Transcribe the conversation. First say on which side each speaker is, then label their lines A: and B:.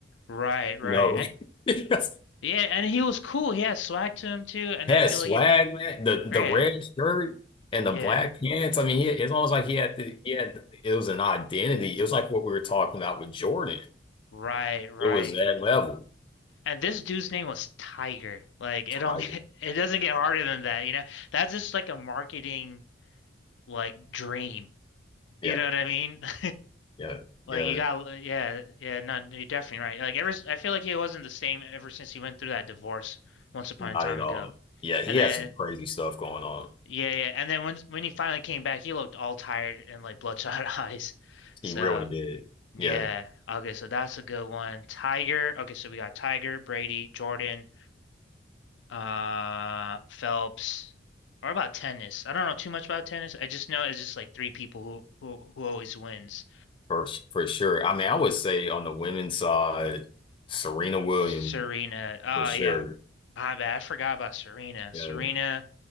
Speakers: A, on the left; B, on the left.
A: Right, right.
B: you know.
A: And
B: <laughs>
A: yeah, and he was cool. He had swag to him too, and
B: had
A: I feel
B: swag,
A: like he
B: man. The the
A: yeah,
B: red shirt and
A: yeah.
B: the black pants. I mean, he, it's almost like he had to. he had it was an identity. It was like what we were talking about with Jordan.
A: Right, right.
B: It was that level.
A: And this dude's name was Tiger. Like it
B: Tiger.
A: don't get, <laughs> it doesn't get harder than that, you know? That's just like a marketing like dream.
B: Yeah,
A: You know what I mean? <laughs>
B: yeah, yeah.
A: Like you got, yeah, yeah, no, you're definitely right. Like ever, I feel like he wasn't the same ever since he went through that divorce once upon
B: Not
A: a time
B: at
A: ago.
B: all. Yeah, he
A: And
B: had
A: then,
B: some crazy stuff going on.
A: yeah, yeah, and then when when he finally came back, he looked all tired and like bloodshot <laughs> eyes. So
B: He really did.
A: yeah,
B: Yeah,
A: okay, so that's a good one. Tiger, okay, so we got Tiger, Brady, Jordan, uh, Phelps. Or about tennis. I don't know too much about tennis. I just know it's just like three people who who who always wins.
B: for for sure. I mean, I would say on the women's side, Serena Williams
A: Serena. Oh
B: for sure.
A: yeah. My bad. I forgot about Serena.
B: Yeah,
A: Serena,